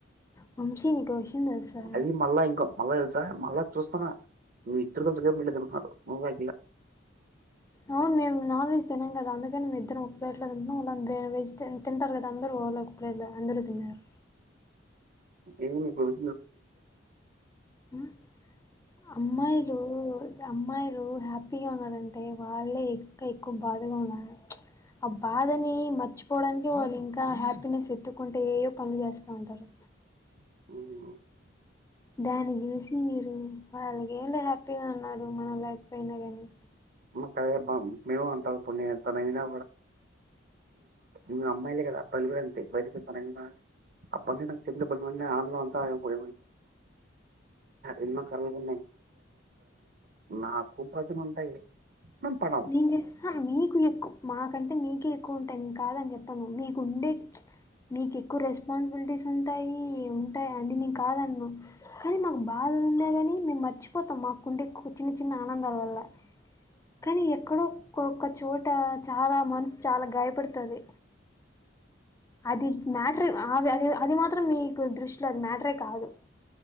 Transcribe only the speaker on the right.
అది మళ్ళా ఇంకో మళ్ళా తెలుసా మళ్ళా చూస్తున్న మీ ఇద్దరు వెళ్ళి వెళ్తున్నారు నువ్లా
ఎం చెప్పండి
అఓ
మాకు మేము అంత తగిన మీ అమ్మాయిలే కదా అబ్బాయి కూడా అంతే బయటిన అబ్బడి నా చెట్లు పడి ఆనందం అంతాకు ఎన్నో కరలు నాకు ప్రచన ఉంటాయి మేము పడం